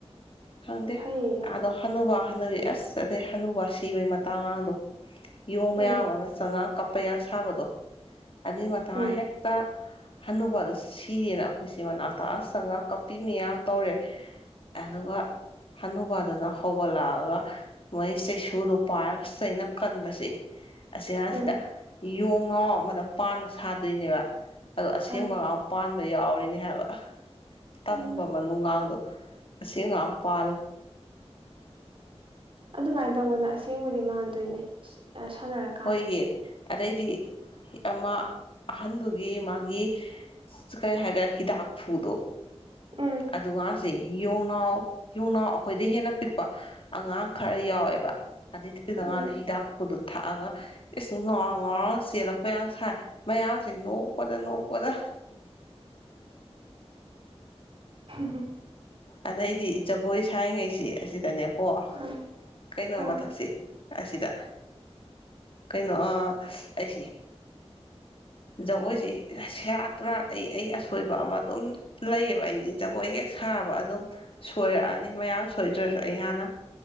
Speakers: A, on the left; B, on the right.
A: ꯈꯪꯗꯦ
B: ꯏꯌ
A: ꯑꯗꯣ ꯍꯅꯨ ꯍꯅꯨꯕꯤ ꯑꯁ ꯑꯗꯩ ꯍꯅꯨꯕ ꯁꯤꯕꯩ ꯃꯇꯥꯉꯥꯡꯗꯣ ꯌꯣꯡ ꯃꯌꯥꯝ
B: ꯎꯝ
A: ꯑꯃ ꯆꯪꯉꯛꯑ ꯀꯞꯄ ꯌꯥꯝ ꯁꯥꯕꯗꯣ ꯑꯗꯨꯏ ꯃꯇꯥꯡ
B: ꯎꯝ
A: ꯍꯦꯛ ꯇ ꯍꯟꯅꯨꯕꯗꯨ ꯁꯤꯔꯦꯅ ꯑꯩꯈꯣꯏꯁꯦ ꯃꯅꯥꯛꯇ ꯆꯪꯉꯛꯑ ꯀꯞꯄꯤ ꯃꯌꯥꯝ ꯇꯧꯔꯦ ꯑꯗꯨꯒ ꯍꯅꯨꯕꯗꯨꯅ ꯍꯧꯒꯠꯂꯛꯑꯒ ꯃꯥꯏ ꯆꯩꯁꯨꯗꯣ ꯄꯥꯏꯔꯒ ꯆꯩꯅ ꯀꯟꯕꯁꯤ ꯑꯁꯤ ꯀꯥꯟꯁꯤꯗ
B: ꯎꯝ
A: ꯌꯣꯡꯅꯥꯎ ꯑꯃꯗ ꯄꯥꯟꯕ ꯁꯥꯗꯨꯏꯅꯦꯕ ꯑꯗꯣ ꯑꯁꯦꯡꯕꯒ
B: ꯑꯥ
A: ꯄꯥꯟꯕ ꯌꯥꯎꯔꯤꯅꯦ ꯍꯥꯏꯕ ꯇꯝꯕ
B: ꯏꯃꯥ
A: ꯃꯅꯨꯡꯒꯥꯡꯗꯣ ꯑꯁꯤꯉꯥꯛ ꯄꯥꯜꯂꯤ
B: ꯑꯗꯨꯃꯥꯏ ꯇꯧꯕꯅ ꯑꯁꯦꯡꯕꯗꯤ ꯃꯥꯟꯅꯗꯣꯏꯅꯦꯑ ꯁꯥꯟꯅꯔꯛ
A: ꯍꯣꯏꯌꯦ ꯑꯗꯩꯗꯤ ꯑꯃ ꯑꯍꯟꯗꯨꯒꯤ ꯃꯥꯒꯤ ꯀꯔꯤ ꯍꯥꯒꯦꯔ ꯍꯤꯗꯥꯛ ꯐꯨꯗꯣ
B: ꯎꯝ
A: ꯑꯗꯨꯒꯥꯟꯁꯦ ꯌꯣꯡꯅꯥꯎ ꯌꯣꯡꯅꯥꯎ ꯑꯩꯈꯣꯏꯗꯩ ꯍꯦꯟꯅ ꯄꯤꯛꯄ ꯑꯉꯥꯡ ꯈꯔ ꯌꯥꯎꯋꯦꯕ ꯑꯗꯨꯏꯗꯨꯅ ꯃꯥꯅ
B: ꯎꯝ
A: ꯍꯤꯗꯥꯛꯄꯨꯗꯨ ꯊ ꯑꯒ ꯏꯁ ꯉꯣꯔꯣꯡ ꯉꯣꯔꯣꯡ ꯆꯦꯜꯂꯛꯄ ꯌꯥꯝ ꯁꯥꯏ ꯃꯌꯥꯝꯁꯦ ꯅꯣꯛꯄꯗ ꯅꯣꯛꯄꯗ
B: ꯍꯨꯝ ꯍꯨꯝ
A: ꯑꯗꯩꯗꯤ ꯖꯒꯣꯏ ꯁꯥꯏꯉꯩꯁꯤ ꯑꯁꯤꯗꯅꯦꯕ ꯑꯣ
B: ꯑꯥ
A: ꯀꯩꯅꯣ
B: ꯑꯥ
A: ꯃꯊꯛꯁꯦ ꯑꯁꯤꯗ ꯀꯩꯅꯣ ꯑ ꯑꯩꯁꯤ ꯖꯒꯣꯏꯁꯤ ꯁꯦꯔꯥꯟ ꯇꯨꯔꯥꯟ ꯑꯩ ꯑꯩ ꯑꯁꯣꯏꯕ ꯑꯃ ꯑꯗꯨꯝ ꯂꯩꯑꯕ ꯑꯩꯗꯤ ꯖꯒꯣꯏ ꯍꯦꯛ ꯁꯥꯕ ꯑꯗꯨꯝ ꯁꯣꯏꯔꯛꯑꯅꯤ ꯃꯌꯥꯝ ꯁꯣꯏꯗ꯭ꯔꯁꯨ ꯑꯩ ꯍꯥꯟꯅ